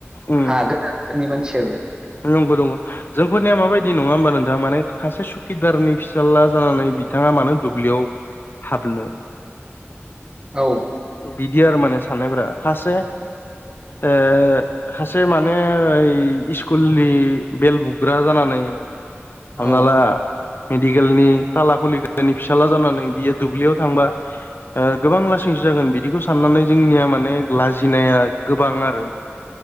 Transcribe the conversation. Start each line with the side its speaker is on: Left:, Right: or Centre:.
Left: उम
Right: हागोन आरो। जोंनि मानसिनयाबो।
Left: नंगौ दङ। <unintelligible> जोंफोरनिया माबायदि नङा ओमबा नोंथां माने खासे सुकिदारनि फिसाज्ला जानानै बिथाङा मानो दुब्लियाव हाबनो
Right: औ।
Left: बिदि आरो साननायफोरा खासे ओ खासे माने ओइ इस्कुलनि बेल बुग्रा जानानै हमना
Right: औ
Left: ला मेडिकेलनि ताला खुलिग्रानि फिसाला जानानै बियो दुब्लिआव थांबा ओ गोबां लासिं सिं जागोन बिदिखौ साननानै जोंनिया माने लाजिनाया गोबां आरो।